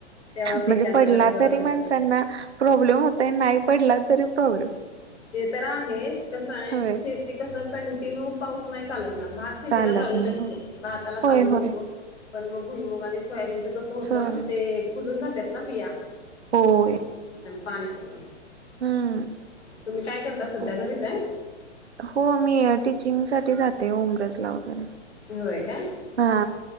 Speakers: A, on the left; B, on the right.
A: तेव्हा पिकांना
B: म्हणजे पडला
A: जरा बरं
B: तरी
A: होईल.
B: माणसांना प्रॉब्लेम होतय, नाही पडला तरी प्रॉब्लेम.
A: हे तर आहेच, कसं आहे
B: होय
A: शेती कस कंटिन्यू पाऊस नाही चालत भात शेतीला
B: चालत
A: चालू
B: नाही
A: शकतो,
B: होय
A: भाताला
B: होय
A: चालू
B: होय
A: शकतो, पण मग भुईमग आणि सोयाबीनच कस होतं,
B: सोयाबीन
A: ते कुजून जातात ना बिया.
B: होय.
A: पाण्यामु <unintelligible>
B: हम्म
A: तुम्ही काय करता
B: नाही
A: सध्या
B: काय
A: घरीच आहे?
B: हो, मी टीचिंग साठी जाते होम रस ला वगैरे
A: होय काय
B: हा,